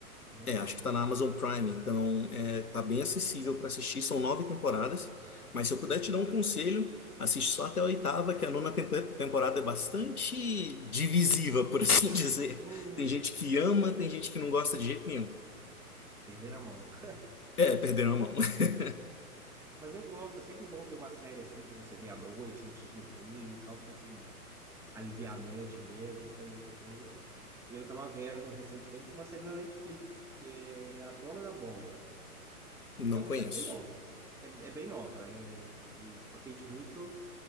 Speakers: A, in the centre; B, on the left (about 70°).
A: Não
B: é, acho
A: lembro.
B: que está na Amazon Prime, então é, tá bem acessível para assistir. São nove temporadas, mas se eu puder te dar um conselho, assiste só até a oitava, que a nona tempo- temporada é bastante divisiva, por assim <laughs> dizer.
A: Hum,
B: Tem gente que ama, tem gente que não gosta de jeito nenhum.
A: perder a mão. <laughs>
B: É, perderam a mão. <laughs>
A: Mas eu gosto, é sempre bom ter uma série assim pra você ver à noite, antes de dormir, só pra assim, aliviar a mente mesmo, sem muita coisa. Eu tava vendo recentemente uma série na Netflix, que é A Dona da Bola.
B: Não
A: É uma
B: conheço.
A: série bem nova. É, é bem nova, é de, com a Kate Hudson.